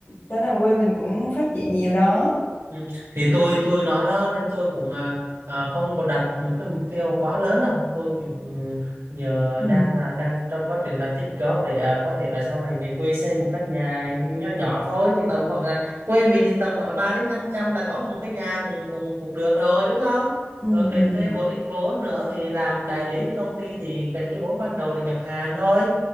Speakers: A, on the left; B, on the right.
A: cho nên quê mình cũng phát triển nhiều đó.
B: Ừ. Thì tôi tôi nói đó nên tôi cũng à, à, không có đặt một cái mục tiêu quá lớn đâu tôi cũng ừ, giờ
A: Ừ,
B: đang là đang trong quá trình là tích góp để à, có thể là sau này về quê xây một căn nhà nhỏ nhỏ thôi thì tầm khoảng là quê mình thì tầm khoảng là ba đến năm trăm là có một cái nhà cũng cũng cũng được rồi đúng không
A: ừ,
B: rồi kèm
A: ừ,
B: thêm một ít vốn nữa thì làm đại lý cho công ty thì cần cái vốn ban đầu để nhập hàng thôi